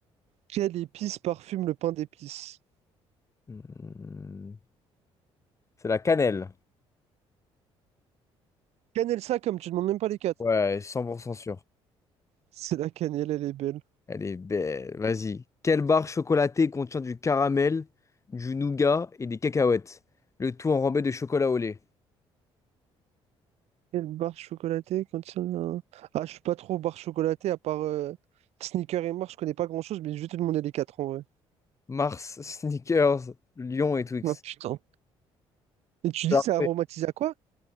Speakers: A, on the right; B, on the left.
A: Quelle épice parfume le pain d'épices?
B: Hmm, C'est la cannelle.
A: Cannelle ça comme tu demandes même pas les quatre.
B: Ouais, 100% sûr.
A: C'est la cannelle, elle est belle.
B: Elle est belle. Vas-y. Quelle barre chocolatée contient du caramel, du nougat et des cacahuètes? Le tout enrobé de chocolat au lait.
A: Quelle barre chocolatée contient un... Ah, je suis pas trop barre chocolatée, à part euh, Sneaker et Mars, je connais pas grand-chose, mais je vais te demander les quatre en vrai.
B: Mars, <laughs> Snickers, Lion et Twix.
A: Ah putain. Et tu
B: Je
A: dis,
B: te la
A: c'est
B: refaire.
A: aromatisé à quoi?